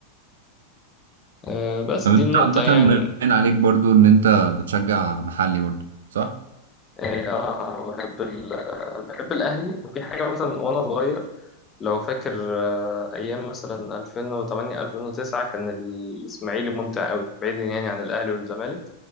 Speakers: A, on the left; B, on the right.
A: آه، بس
B: طب
A: دي
B: انت
A: النقطة
B: عامه
A: يعني
B: باين عليك برضو ان انت بتشجع محلي برضو صح؟
A: يعني اه بحب ال... بحب الاهلي وفي حاجه مثلا وانا صغير لو فاكر آه، ايام مثلا 2008 2009 كان الاسماعيلي ممتع قوي بعيدا يعني عن الاهلي والزمالك